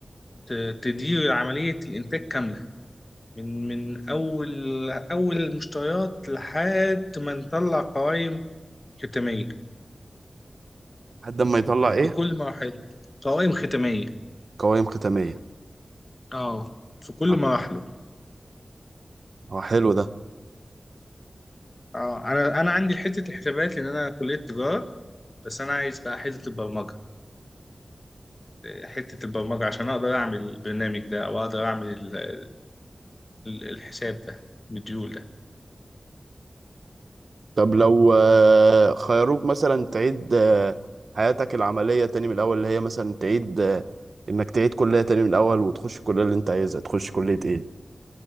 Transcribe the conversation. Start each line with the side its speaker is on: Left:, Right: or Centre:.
Left: ت- تدير عملية الإنتاج كاملة من من أول أول المشتريات لحد ما نطلع قوائم ختامية
Right: لحد ما يطلع ايه
Left: بكل مراحل قوائم ختامية
Right: قوائم ختامية
Left: اه في كل
Right: اه
Left: مراحله
Right: هو حلو ده
Left: اه انا انا عندي حته الحسابات لان انا كليه تجاره بس انا عايز بقى حته البرمجه حته البرمجه عشان اقدر اعمل البرنامج ده او اقدر اعمل ال- ال- الحساب ده مديول ده
Right: طب لو آه، خيروك مثلا تعيد آه، حياتك العملية تاني من الأول اللي هي مثلا تعيد آه، إنك تعيد كلية تاني من الأول وتخش الكلية اللي أنت عايزها تخش كلية إيه؟